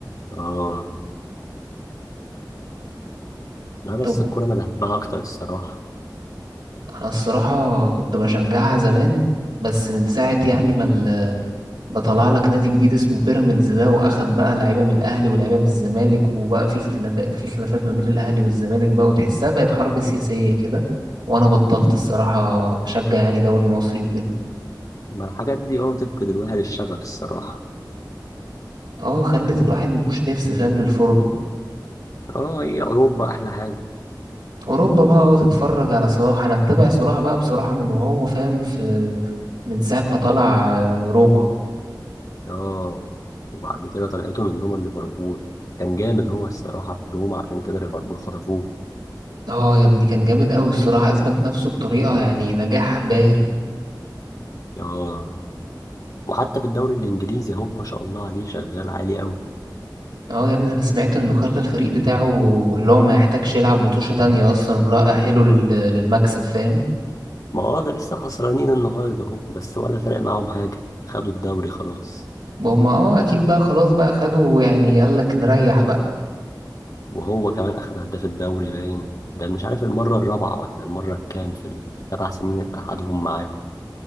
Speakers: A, on the left; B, on the right.
A: اه لا بس
B: طب
A: الكورة انا بحبها اكتر الصراحة
B: أنا الصراحة كنت بشجعها زمان بس من ساعة يعني ما ال- ده طلع لك نادي جديد اسمه بيراميدز ده واخد بقى لعيبه من الاهلي ولاعيبه من الزمالك وبقى في اختلافات في خلافات ما بين الاهلي والزمالك بقى وتحسها بقت حرب سياسيه كده وانا بطلت الصراحه اشجع يعني دوري مصري وكده
A: ما الحاجات دي اه تفقد الواحد الشغف الصراحة
B: اه خلت الواحد مبوش نفس فاهم للفرجه
A: اه هي اوروبا احلى حاجة
B: اوروبا بقى اه تتفرج على صلاح انا متابع صلاح بقى بصراحه من وهو فاهم في من ساعه ما طلع آه، روما
A: اه وبعد كده طلعته من روما ليفربول كان جامد هو الصراحة في روما عشان كده ليفربول خطفوه
B: اه يا ابني كان جامد قوي الصراحه اثبت نفسه بطريقه يعني نجاح باهر
A: اه وحتى في الدوري الانجليزي اهو ما شاء الله عليه شغال عالي قوي
B: اه يا ابني انا سمعت انه خلى الفريق بتاعه اللي هو ما يحتاجش يلعب متوشة تانية اصلا ولا اهله لل- للمكسب فاهم
A: ما هو ده لسه خسرانين النهارده اهو بس ولا فرق معاهم حاجه خدوا الدوري خلاص
B: هما اه اكيد بقى خلاص بقى خدوا يعني قال لك نريح بقى
A: وهو كمان اخد هداف الدوري باين ده مش عارف المره الرابعه ولا المره الكام في السبع سنين اللي قعدهم معاهم